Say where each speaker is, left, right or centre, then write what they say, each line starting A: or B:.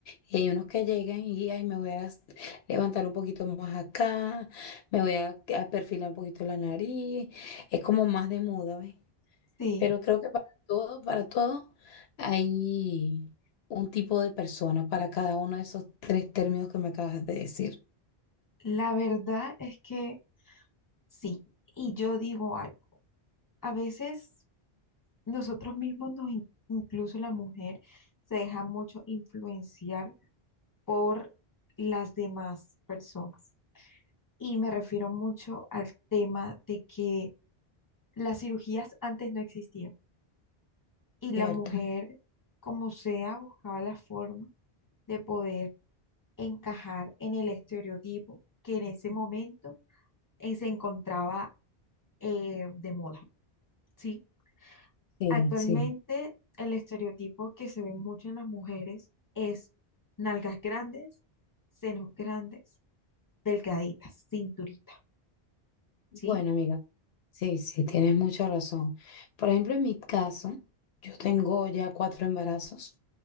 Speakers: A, on the left; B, on the left.
A: y hay unos que llegan y ay, me voy a s- levantar un poquito más acá, me voy a, a perfilar un poquito la nariz, es como más de moda, ¿ves?
B: Sí,
A: Pero creo que para todo, para todo hay un tipo de persona para cada uno de esos tres términos que me acabas de decir,
B: la verdad es que sí. Y yo digo algo, a veces nosotros mismos nos, in- incluso la mujer, se deja mucho influenciar por las demás personas. Y me refiero mucho al tema de que las cirugías antes no existían. Y la
A: ¿cierto?
B: mujer, como sea, buscaba la forma de poder encajar en el estereotipo que en ese momento eh, se encontraba eh, de moda, ¿sí?
A: Sí,
B: Actualmente,
A: sí.
B: el estereotipo que se ve mucho en las mujeres es nalgas grandes, senos grandes, delgaditas, cinturita, ¿sí?
A: Bueno, amiga, sí, sí, tienes mucha razón. Por ejemplo, en mi caso, yo tengo ya cuatro embarazos,